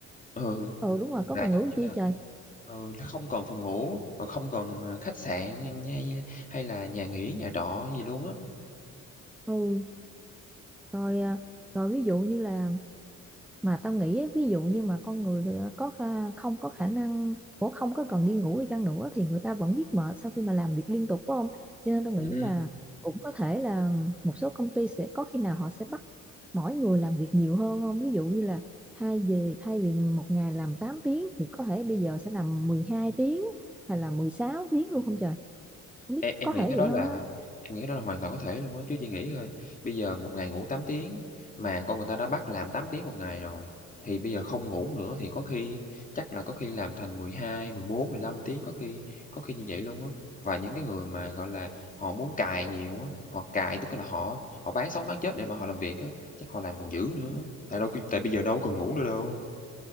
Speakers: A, on the left (about 25°); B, in the centre.
A: Ừ,
B: ừ đúng rồi có
A: là
B: ngôn
A: giống
B: ngủ
A: như
B: chi
A: là
B: trời
A: ừ, là không cần phòng ngủ, rồi không cần, à, khách sạn hay hay là nhà nghỉ, nhà trọ gì luôn á.
B: ừ rồi à, rồi ví dụ như là mà tao nghĩ á, ví dụ như mà con người à, có kha- không có khả năng cũng không có cần đi ngủ đi chăng nữa thì người ta vẫn biết mệt sau khi mà làm việc liên tục phải không cho nên tao nghĩ
A: Ừm.
B: là cũng có thể là một số công ty sẽ có khi nào họ sẽ bắt mỗi người làm việc nhiều hơn không ví dụ như là thay vì thay vì một ngày làm 8 tiếng thì có thể bây giờ sẽ làm 12 tiếng hay là 16 tiếng luôn không trời không biết
A: Em em
B: có thể
A: nghĩ cái
B: vậy
A: đó là
B: không
A: em nghĩ cái đó là hoàn toàn có thể luôn á, chứ chị nghĩ coi, bây giờ một ngày ngủ 8 tiếng, mà con người ta đã bắt làm 8 tiếng một ngày rồi, thì bây giờ không ngủ nữa thì có khi chắc là có khi làm thành mười mười hai, mười bốn, mười lăm tiếng, có khi có khi như vậy luôn á. Và những cái người mà, gọi là, họ muốn cày nhiều á, họ cày tức là họ họ bán sống bán chết để mà họ làm việc á, chắc họ làm còn dữ nữa, tại đâu tại bây giờ đâu còn ngủ nữa đâu.